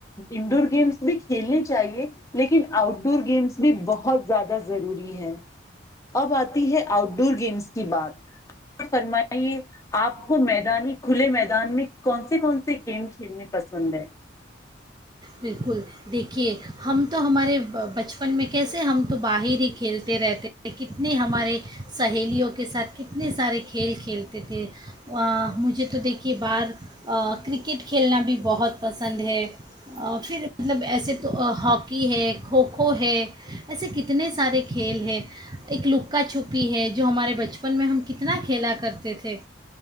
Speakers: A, on the left; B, on the right.
A: انڈور گیمس بھی کھیلنے چاہیے لیکن آؤٹ ڈور گیمس بھی بہت زیادہ ضروری ہے اب آتی ہے آؤٹ ڈور گیمس کی بات فرمائیے آپ کو میدانی کھلے میدان میں کون سے کون سے گیم کھیلنے پسند ہیں
B: بالکل دیکھیے ہم تو ہمارے بچپن میں کیسے ہم تو باہر ہی کھیلتے رہتے کتنے ہمارے سہیلیوں کے ساتھ کتنے سارے کھیل کھیلتے تھے مجھے تو دیکھیے بار کرک کرکٹ کھیلنا بھی بہت پسند ہے پھر مطلب ایسے تو ہاکی ہے کھوکھو ہے ایسے کتنے سارے کھیل ہے ایک لکا چھپی ہے جو ہمارے بچپن میں ہم کتنا کھیلا کرتے تھے